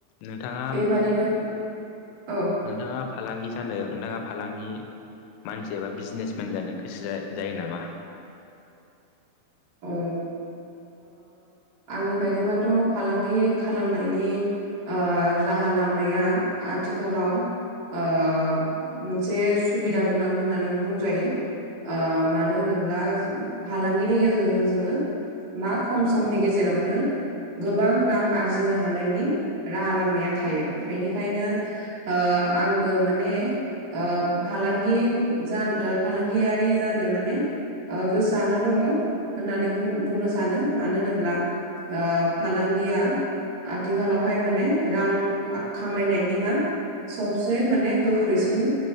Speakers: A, on the left; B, on the right.
A: नोंथांङा
B: बेबादिनो औ
A: नोंथाङा फालांगि जानो नोंथाङा फालांगि मानसि एबा बिजनेसमेन जानो गोसो जा जायो नामा?
B: ओ आंनि ओ बायदिबाथ' फालांगि खालामनायनि ओ राहा लामाया आथिखालाव ओ मोनसे सुबिदा गोनां होननानै बुंजायो। ओ मानो होनोब्ला फालांगिनि गेजेरजों जोङो मा खम समनि गेजेरावनो गोबां रां आरजिनो हानायनि राहा लामाया थायो बेनिखायनो ओ आंबो माने ओ फालांगि जान ओ फालांगियारि जानो माने ओ गोसोआनो दङ होननानै बुं बुंनो सानो मानो होनोब्ला ओ फालांगिया आथिखालावहाय माने रां खामायनायनि मा सबसे माने गोख्रैसिन